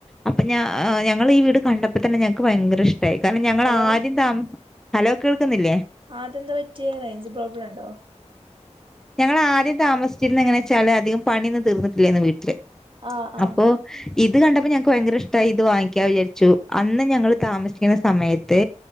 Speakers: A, in the centre; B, on the right.
A: അപ്പൊ ഞാ ഞങ്ങള് ഈ വീട് കണ്ടപ്പോ തന്നെ ഞങ്ങൾക്ക് ഭയങ്കര ഇഷ്ടയി കാരണം ഞങ്ങള്
B: ഹലോ
A: ആരും ത ഹലോ കേൾക്കുന്നില്ലേ
B: അതെന്താ പറ്റിയ റേഞ്ച് പ്രോബ്ലം ഉണ്ടോ
A: ഞങ്ങള് ആദ്യം താമസിച്ചിരുന്ന എങ്ങനെ വെച്ചാല് അധികം പണി ഒന്നും തീർന്നിട്ടില്ലേന്ന് വീട്ടില്
B: ആഹ് ആഹ്
A: അപ്പോ ഇത് കണ്ടപ്പോ ഞങ്ങ ക്ക് ഭയങ്കര ഇഷ്ടായി ഇത് വാങ്ങിക്കാ വിചാരിച്ചു അന്ന് ഞങ്ങള് താമസിക്കുന്ന സമയത്ത്